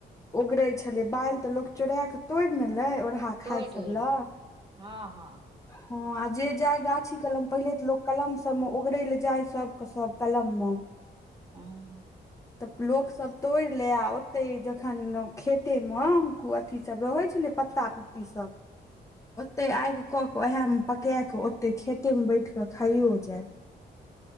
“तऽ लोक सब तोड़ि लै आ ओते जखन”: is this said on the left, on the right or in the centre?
Left